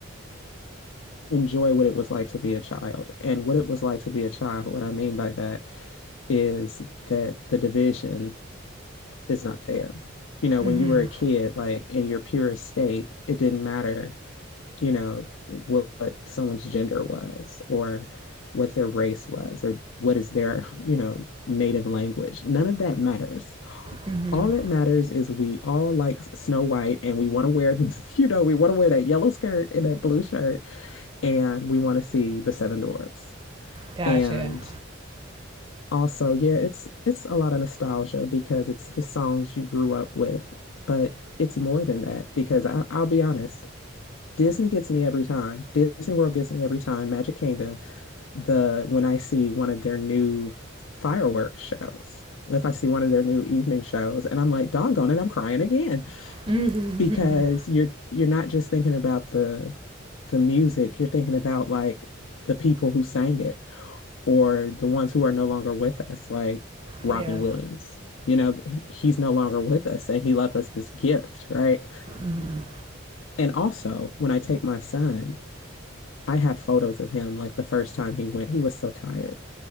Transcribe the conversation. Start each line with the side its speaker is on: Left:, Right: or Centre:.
Left: enjoy what it was like to be a child. And what it was like to be a child, what I mean by that is that the division is not fair. You know, when
Right: Mm-hmm.
Left: you were a kid, like in your purest state, it didn't matter, you know, what, what someone's gender was or what their race was or what is their, you know, native language. None of that matters.
Right: Mm-hmm. Mm-hmm.
Left: All that matters is we all like Snow White and we want to wear the, <laughs> you know, we want to wear that yellow skirt and that blue shirt and we want to see the seven dwarfs.
Right: Gotcha.
Left: And
Right: <laughs>
Left: also, yeah, it's it's a lot of nostalgia because it's the songs you grew up with, but it's more than that because I, I'll be honest, Disney gets me every time. Disney World gets me every time. Magic Kingdom, the when I see one of their new fireworks shows, if I see one of their new evening shows, and I'm like, doggone it, I'm crying again
Right: Mm-hmm.
Left: because you're you're not just thinking about the the music, you're thinking about like the people who sang it or the ones who are no longer with us, like Robin
Right: Yeah.
Left: Williams. You know, he's no longer with us and he left us this gift, right?
Right: Mm-hmm.
Left: And also, when I take my son, I have photos of him like the first time he went, he was so tired.